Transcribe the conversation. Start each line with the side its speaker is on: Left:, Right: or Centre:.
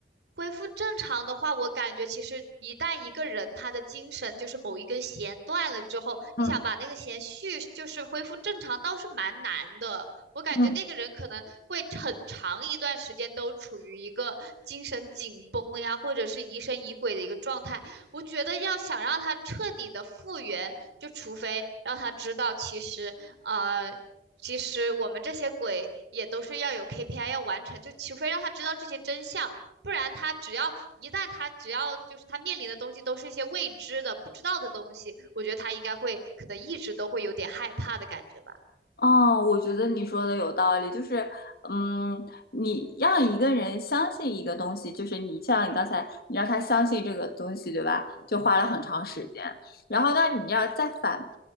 Right: 恢复正常的话，我感觉其实一旦一个人他的精神就是某一根弦断了之后，
Left: 嗯
Right: 你想把那个弦续就是恢复正常，倒是蛮难的。我感觉那个人可能会很长一段时间都处于一个精神紧绷呀，
Left: 嗯。
Right: 或者是疑神疑鬼的一个状态。我觉得要想让他彻底的复原。就除非让他知道，其实呃，其实我们这些鬼也都是要有 KPI 要完成，就除非让他知道这些真相，不然他只要一旦他只要就是他面临的东西都是一些未知的、不知道的东西，我觉得他应该会可能一直都会有点害怕的感觉吧。
Left: 哦，我觉得你说的有道理，就是，嗯，你让一个人相信一个东西，就是你像你刚才，你让他相信这个东西，对吧？就花了很长时间，然后呢，你要再反